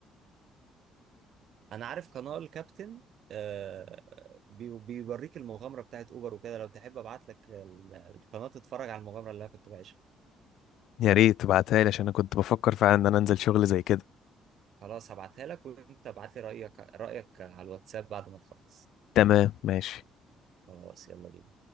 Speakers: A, on the right; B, on the left.
A: انا عارف قناة الكابتن آه بي- بيوريك المغامرة بتاعت اوبر وكده لو تحب ابعت لك ال- القناة تتفرج على المغامرة اللي انا كنت بعيشها
B: يا ريت تبعتها لي عشان أنا كنت بفكر فعلا إن أنا أنزل شغل زي كده
A: خلاص هبعتها لك وانت ابعت لي رأيك رأيك على الواتساب بعد ما تخلص
B: تمام ماشي
A: خلاص يلا بينا